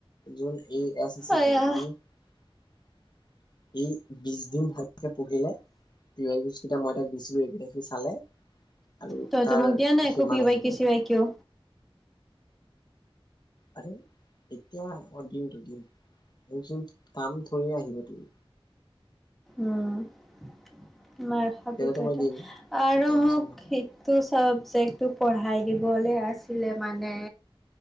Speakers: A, on the left (about 45°); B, in the centre.
A: যোন এই
B: আয়া
A: যে ই ই বিশ দিন ভালকে পঢ়িলে। <unintelligible> কেইটা মই তাক দিছিলো। এইকেইটা সি চালে। আৰু
B: তইতো
A: তাৰ
B: মোক দিয়া নাই। একো
A: সিমান
B: পি
A: আহি
B: বাই কিচি
A: গ'ল
B: বাই কিয়ও।
A: আৰে এতিয়া মই দিমতো দিমচোন কাম থৰিয় আহিব তোৰ
B: উম', মাৰ খাবি
A: তেতিয়াতো
B: তই এতিয়া
A: মই দিম
B: আৰু
A: টেনচন
B: মোক
A: নকৰা
B: সে তোৰ চাবজেক্টটো পঢ়াই দিবলৈ আছিলে, মানে